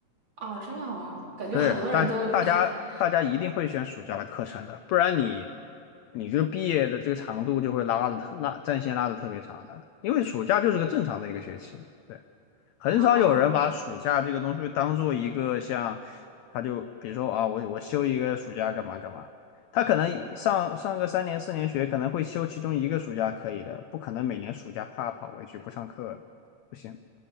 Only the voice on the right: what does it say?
啊，这样啊，感觉好多人都
<laughs>
啊，